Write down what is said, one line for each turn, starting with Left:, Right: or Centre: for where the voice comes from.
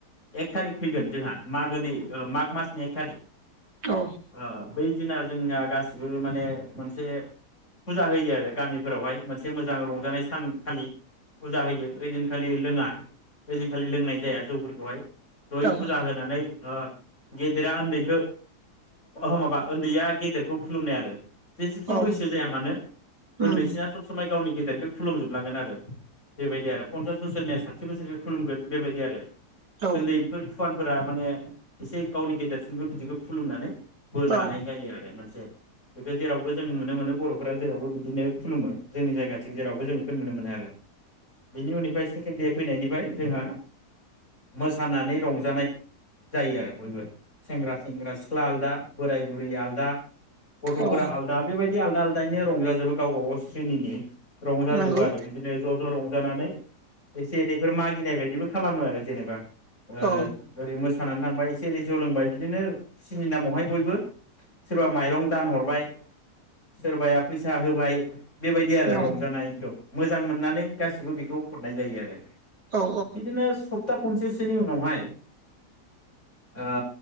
Left: एक थारिक फैगोन जोंहा मागोनि माग मासनि एक थारिक।
Right: औ
Left: ओ बै दिना जोंना गासिबो माने मोनसे फुजा होयो आरो गामिफोरावहाय मोनसे मोजां रंजानाय सानखालि फुजा होयो ओइदिनखालि लोङा ओइदिनखालि लोंनाय जाया जौफोरखौहाय। ज'यै
Right: औ
Left: फुजा होनानै ओ गेदेरा ओन्दैखो <unintelligible> माबा ओन्दैया गेदेरखौ खुलुमनाय आरो। जेसेखि
Right: औ
Left: बैसो जाया मानो ओन्दैसिना
Right: उम
Left: सब समाय। गावनि गेदेरखौ खुुमजोबलांगोन आरो बेबायदि आरो पन्सास बोसोरनिया साथि बोसोरखौ खुलुमगोन बेबायदि आरो।
Right: औ
Left: ओन्दैफोर फुवान। फोरा माने एसे गावनि गेदेरसिमबो बिदिखौ खुलुमनानै। बोर
Right: औ
Left: लानाय जायो आरो मोनसे। बेखौ जेरावबो जों नुनो मोनो बर'फोरा जेरावबो बिदिनो खुलुमो जोंनि जायगाथिं जेरावबो जों बेखौ नुनो मोनो आरो बिनि उननिफ्राय सेकेण्ड दे फैनायनिफाय जोंहा। मोसानानै रंजानाय जायो आरो बयबो सेंग्रा सेंग्रा सिख्ला आलादा बोराय बुरि आलादा गथ'फोरा
Right: औ
Left: आलादा बेबायदि आलादा आलदायैनो रंजाजोबो गावब गाव सनिनि रंजाजोबो
Right: नंगौ
Left: आरो बिदिनो ज' ज' रंजानानै एसे एनैफोर मागिनाय बायदिबो खालामो आरो जेनेबा। ओ
Right: औ
Left: ओरै मोस सानानै थांबाय एसे एै जौ लोंबाय बिदिनो खुसिनि नामावहाय बयबो सोरबा माइरं दानहरबाय सोरबाया फैसा होबाय। बेबायदि आरो
Right: औ
Left: रंजानायखौ। मोजां मोननानै गासिबो बेखौ हरनाय जायो आरो।
Right: औ
Left: बिदिनो सप्ता खनसे सो खनसेनि उनावहाय ओ